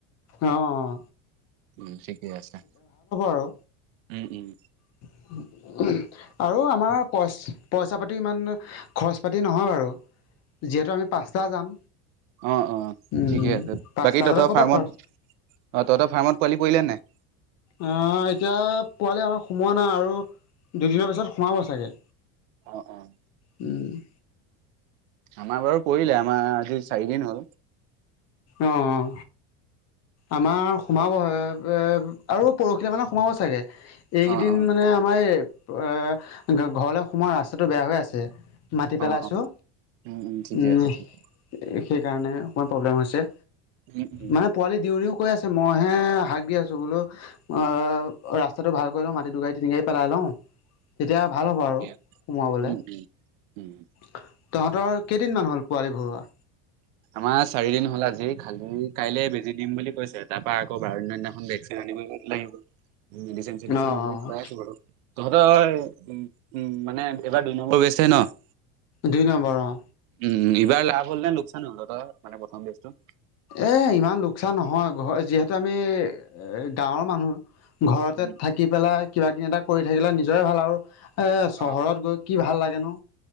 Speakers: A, on the left; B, on the right.
A: অঁ-অঁ!
B: উম ঠিকেই আছে।
A: আৰু
B: উম-উম!
A: <unintelligible> আৰু আমাৰ পইচ পইচা পাতি ইমান খৰচ পাতি নহয় বাৰু। যিহেতু আমি পাঁচটা যাম।
B: অঁ-অঁ!
A: উম
B: ঠিকে আছে।
A: পাঁচটা
B: বাকী তহঁতৰ
A: গ'লে ক'ৰ
B: ফাৰ্মত
A: পৰা খৰচ
B: অঁ তহঁতৰ ফাৰ্মত পোৱালি পৰিলে নাই?
A: অঁ! এতিয়া পোৱালি আমাৰ সোমোৱা নাই আৰু দুদিনৰ পিছত সোমাব চাগে।
B: অ', অ',
A: উম!
B: আমাৰ বাৰু পৰিলে আমাৰ আজি চাৰি দিন হ'ল।
A: অঁ-অঁ! আমাৰ সোমাবহে এ আৰু পৰহিলে মানে সোমাব চাগে। এইকেইদিন
B: অ', অ',
A: মানে আমাৰ এই আহ ঘৰলে সোমোৱা ৰাস্তাটো বেয়া হৈ আছে। মাতি পেলাইছোঁ
B: অঁ-অঁ! উম-উম ঠিকে
A: উম
B: আছে, ঠিক আছে।
A: সেইকাৰণে হে অকমান প্ৰব্লেম হৈছে।
B: <unintelligible>
A: মানে পোৱালি দিওঁ-দিওঁ কৈ আছে মইহে হাক দি আছোঁ বোলো অঁ! ৰাস্তাটো ভাল কৰি লওঁ মাটি দুগাড়ী, তিনি গাড়ী পেলাই লওঁ। তেতিয়া ভাল হ'ব
B: ঠিকে
A: আৰু সোমাবলে।
B: আছে উম উম উম
A: তহঁতৰ কেইদিনমান হ'ল পোৱালি ভৰুৱা?
B: আমাৰ চাৰি দিন হ'ল। আজি খালি কাইলে বেজি দিম বুলি কৈছে, তাৰপা আকৌ বাৰ দিনৰ দিনাখন ভেকচিন আনিব গৈ লাগিব। মেডিচিন-চেডিচিন
A: অঁ
B: এইখিনি
A: অঁ
B: খোৱাই আছোঁ বাৰু। তহঁতৰ উম-উম মানে এইবাৰ দুই নম্বৰ বেছটো হে ন'?
A: দুই নম্বৰ অঁ।
B: উম! সিবাৰ লাভ হ'ল নে লোকচান হ'ল তহঁতৰ মানে প্ৰথম বেছটো?
A: এই ইমান লোকচান নহয় ঘৰ যিহেতু আমি গাঁৱৰ মানুহ। ঘৰতে
B: উম
A: থাকি
B: উম
A: পেলাই কিবাকিবি এটা কৰি থাকিলে নিজৰে ভাল আৰু এ চহৰত
B: অ
A: গৈ কি ভাল লাগেনো